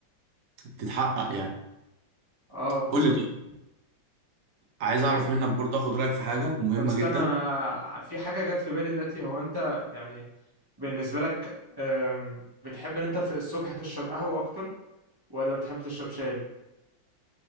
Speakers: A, on the right; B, on the right.
A: تتحقق يعني
B: اه بالظبط
A: قول لي طيب عايز
B: طب
A: اعرف منك برضه اخد رايك في حاجه مهمه
B: طب استنى
A: جدا
B: انا في حاجه جت في بالي دلوقتي هو انت يعني بالنسبه لك آم، بتحب ان انت في الصبح تشرب قهوه اكتر ولا بتحب تشرب شاي